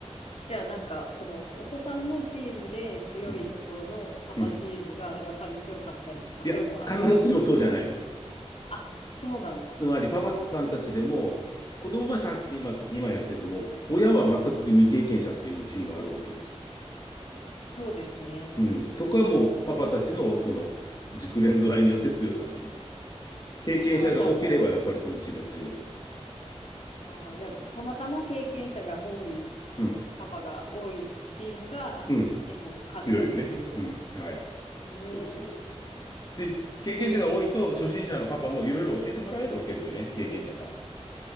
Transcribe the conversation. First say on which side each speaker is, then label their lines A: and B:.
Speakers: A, on the left (about 60°); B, on the left (about 35°).
A: じゃあなんか、その、お子さんのチームで強いところのパパチームがやっぱり強かったりとか、
B: うん。うん。いや、
A: そういうのはあるんですか
B: 必ずしもそうじゃないの。
A: あ、そうなんだ。
B: つまりパパさんたちでも、子供はさ今、今やってても、親は全く未経験者っていうチームもあるわけですよ。
A: そうですね。
B: うん。そこはもうパパたちのその熟練度合いによって強さが決まる。経験者が多ければやっぱりそのチームは強い。
A: あ、じゃあもう、あじゃあ、たまたま経験者が多い、
B: うん
A: パパが多いチームが結構勝ったりするような。
B: うん、強いよね。うん、はい。
A: へ
B: そうそうそうそう。
A: え
B: で、経験者が多いと、初心者のパパもいろいろ教えてもらえるわけですよね、経験者から。